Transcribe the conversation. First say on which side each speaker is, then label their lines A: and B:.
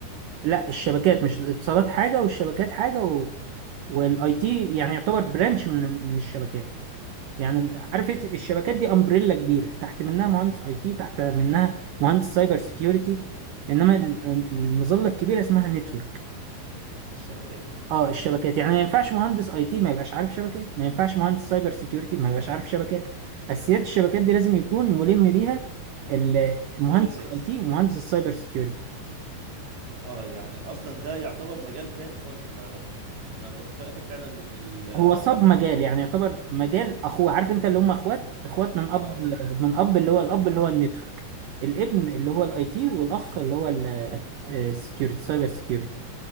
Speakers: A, on the right; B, on the right.
A: لا الشبكات مش الاتصالات حاجة والشبكات حاجة و... والاي تي يعني يعتبر برانش من من الشبكات يعني ال- عارف إيه؟ الشبكات دي امبريلا كبيرة تحت منها مهندس اي تي تحت منها مهندس سايبر سيكيورتي انما ال- المظلة الكبيرة اسمها نتورك
B: الشبكات
A: اه الشبكات يعني ما ينفعش مهندس اي تي ما يبقاش عارف شبكات ما ينفعش مهندس سايبر سيكيورتي ما يبقاش عارف شبكات اساسيات الشبكات دي لازم يكون ملم بيها ال- مهندس
B: كل الناس
A: الاي تي ومهندس السايبر سيكيورتي
B: اه يعني اصلا ده يعتبر مجال تاني خالص انا انا كنت فاكر فعلا ان ال
A: هو صاب مجال يعني يعتبر مجال اخوه عارف انت اللي هم اخوات اخوات من اب
B: اه
A: من اب اللي هو الاب اللي هو النتورك الابن اللي هو الاي تي والاخ اللي هو السكيورتي سايبر سكيورتي